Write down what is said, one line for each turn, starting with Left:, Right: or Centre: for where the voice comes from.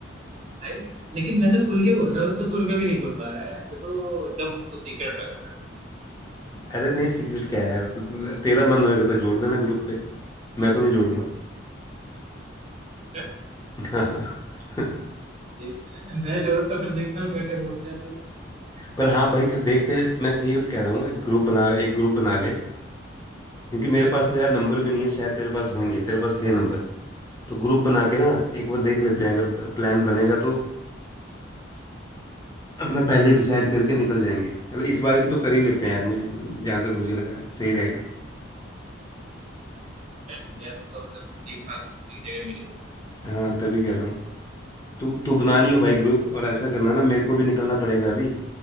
Right: भाई लेकिन मैं तो खुल के बोल रहा हूँ तो खुल के भी नहीं बोल पा रहा है तो, तो एकदम उसको सीक्रेट रख रहा है
Left: अरे नहीं सीक्रेट क्या है यार तेरा मन होएगा तो जोड़ देना ग्रुप पे मैं तो नहीं जोड़ूंगा
Right: अच्छा,
Left: <laughs>
Right: देखते हैं <laughs> मैं जरूरत तो फिर देखता हूँ क्या क्या बोलते हैं तो
Left: पर हाँ भाई देखते हैं मैं सही कह रहा हूँ एक ग्रुप बना एक ग्रुप बना ले क्योंकि मेरे पास तो यार नंबर भी नहीं है शायद तेरे पास होंगे तेरे पास थे नंबर तो ग्रुप बना के ना एक बार देख लेते हैं अगर प्लान बनेगा तो अपना पहले डिसाइड करके निकल जाएंगे मतलब इस बार की तो कर ही लेते हैं यार मुझे जहाँ तक मुझे लग रहा है सही रहेगा
Right: टाइम हो गया तब तो मतलब एक साथ एक जगह मिले हो
Left: हाँ तभी कह रहा हूँ तू तू बना लियो भाई ग्रुप और ऐसा करना ना मेरे को भी निकलना पड़ेगा अभी